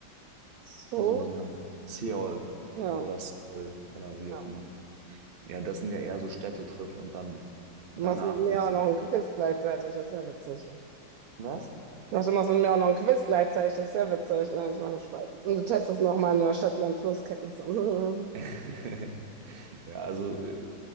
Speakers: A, on the right (about 70°); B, on the right (about 40°).
A: So,
B: Also den Namen vergessen. Seoul,
A: ja.
B: ja, oder Seoul oder wie
A: ja.
B: auch immer. Ja, das sind ja eher so Städtetrips und dann danach
A: Du machst mit mir
B: wird's.
A: auch noch ein Quiz gleichzeitig, das ist ja witzig.
B: Was?
A: Ach, du machst mit mir auch noch ein Quiz gleichzeitig, das ist ja witzig. Nein, ich mache nur Spaß. Und du testest noch meine Stadtland-Flusskenntnisse.
B: <laughs>
A: <laughs>
B: Ja, also äh,